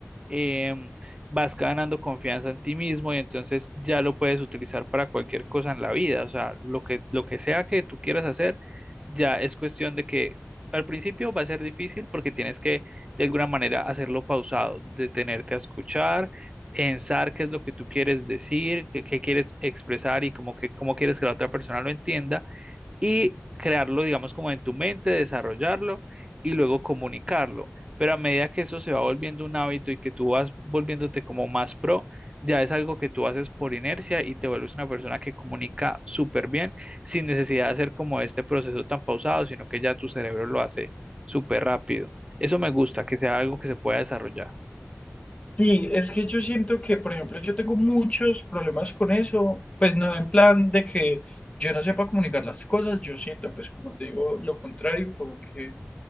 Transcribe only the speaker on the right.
em, vas ganando confianza en ti mismo y entonces ya lo puedes utilizar para cualquier cosa en la vida. O sea, lo que, lo que sea que tú quieras hacer, ya es cuestión de que al principio va a ser difícil porque tienes que de alguna manera hacerlo pausado, detenerte a escuchar pensar qué es lo que tú quieres decir, qué, qué quieres expresar y como que, cómo quieres que la otra persona lo entienda y crearlo, digamos, como en tu mente, desarrollarlo y luego comunicarlo. Pero a medida que eso se va volviendo un hábito y que tú vas volviéndote como más pro, ya es algo que tú haces por inercia y te vuelves una persona que comunica súper bien sin necesidad de hacer como este proceso tan pausado, sino que ya tu cerebro lo hace súper rápido. Eso me gusta, que sea algo que se pueda desarrollar.